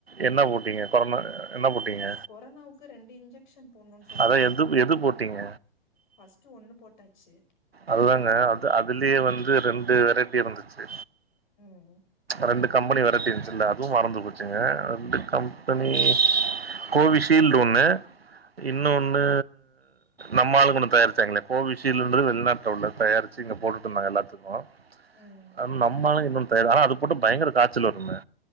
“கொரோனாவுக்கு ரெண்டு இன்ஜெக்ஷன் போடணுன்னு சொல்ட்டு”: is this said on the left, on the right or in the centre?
Left